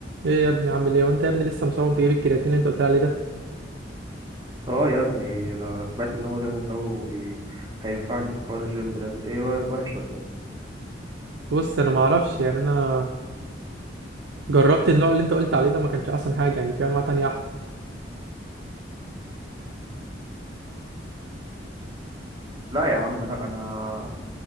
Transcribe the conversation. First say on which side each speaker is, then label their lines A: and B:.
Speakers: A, on the right; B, on the right.
A: ايه يا ابني عامل ايه وانت يا ابني لسه مصمم تجيب الكرياتين اللي انت قلت لي عليه ده
B: اه يا ابني انا سمعت ان هو جامد قوي وهينفعني في حوار الجيم ده إنت ايه رايك وحش ولا ايه
A: بص انا ما اعرفش يعني انا جربت النوع اللي انت قلت عليه ده ما كانش احسن حاجه يعني في انواع تانية احلى
B: لا يا عم لا انا